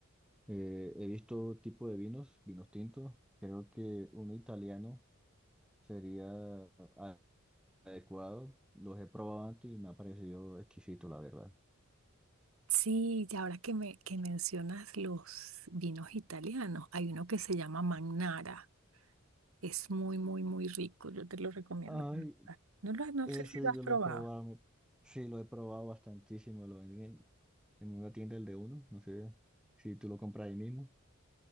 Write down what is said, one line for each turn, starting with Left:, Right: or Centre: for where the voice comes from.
Centre: Eh, he visto tipo de vinos, vinos tintos. Creo que uno italiano sería a- adecuado. Los he probado antes y me ha parecido exquisito, la verdad.
Right: Sí, y ahora que me que mencionas los vinos italianos, hay uno que se llama Magnara. Es muy, muy, muy rico. Yo te lo recomiendo.
Centre: Ay,
Right: No lo- no
Centre: ese
Right: sé si lo has
Centre: yo
Right: probado.
Centre: lo he probado. me- Sí, lo he probado bastantísimo. Lo venden en, en una tienda, el de uno. No sé si tú lo compras ahí mismo.